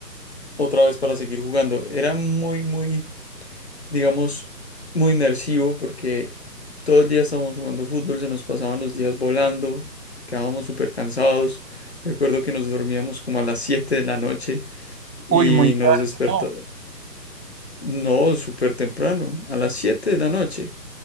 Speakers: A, on the left (about 40°); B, on the right (about 75°).
A: otra vez para seguir jugando. Era muy, muy digamos, muy inmersivo porque todo el día estábamos jugando fútbol, se nos pasaban los días volando, quedábamos súper cansados. Recuerdo que nos dormíamos como a las 7 de la noche y
B: Uy, muy tarde,
A: nos despertó,
B: no.
A: no, súper temprano, a las 7 de la noche.